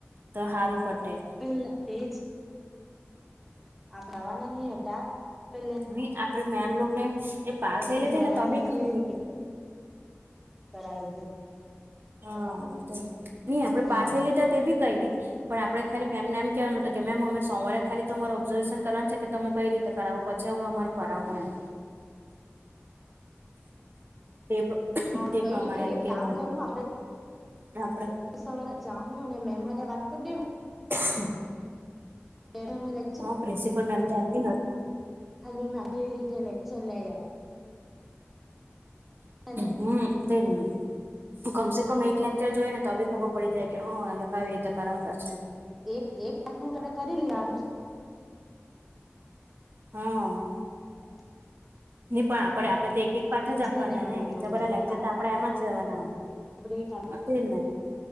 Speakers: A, on the right; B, in the centre.
A: તો સારું પટે.
B: પહેલા તેજ. આપડાવાના નહ હતા પેલે.
A: ની આપડે મેમલોક ને એ પાસ લઈ
B: હું
A: લેતી
B: કરાવે
A: ને ત બી કઈ
B: કેવી
A: ની.
B: કરાવે છે.
A: હા નઈ આપડે
B: હા
A: પાઠ લઈ લીધા તો બી કઈ નઈ પણ આપ. આપણે ખાલી મેમને એમ કેહેવાનું હતું કે મેમ અમે સોમવારે ખાલી તમારે ઓબ્ઝર્વેશન કરવાનું છે કે તમે કઈ રીતે કરાવો પછી અમે અમારું કરાવ હો એમ.
B: <inaudible> <unintelligible>
A: તે
B: હા
A: તે
B: કઈ
A: પ્રમાણે
B: નઈ એ
A: એમ કેવાનું.
B: કામ કરું આપડે
A: ને આપડે.
B: સવારે જા હું ને મેંમ હાતે વાત કરી દેઉ.
A: હમ
B: પેઢમે લે.
A: હા પ્રિન્સિપલ મેમ તો એમ બી
B: ખાલી અમે કેવી રીતે લેકચર લે એમ હેને
A: હમ તેને. તું કમસે કમ એક લેકચર જોઈ ને તો બી ખબર પડી જાય કે હ આ લોકો આવી રીતે કરાવતા છેમ.
B: એક એક વા નું તમે કરી લેવાનું.
A: હું.
B: <inaudible> <unintelligible>
A: નઈ પણ આપણે આપડે તો એક એક પાઠ જ
B: જોઈ
A: આપવાના
B: લેવાનું
A: ને બીજા
B: એ લોકોનું
A: બધા લેક્ચર તો આપણેે એમાં જવાના.
B: <inaudible>
A: ઇ ને